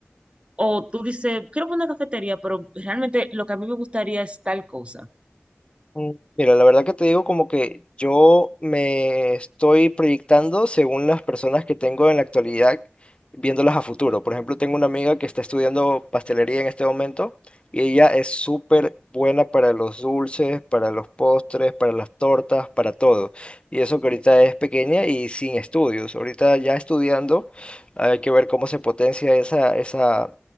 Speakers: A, on the right (about 25°); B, on the left (about 25°).
A: o tú dices, quiero una cafetería, pero realmente lo que a mí me gustaría es tal cosa?
B: Mm, Mira, la verdad que te digo como que yo me estoy proyectando según las personas que tengo en la actualidad, viéndolas a futuro. Por ejemplo, tengo una amiga que está estudiando pastelería en este momento y ella es súper buena para los dulces, para los postres, para las tortas, para todo. Y eso que ahorita es pequeña y sin estudios. Ahorita ya estudiando, hay que ver cómo se potencia esa, esa,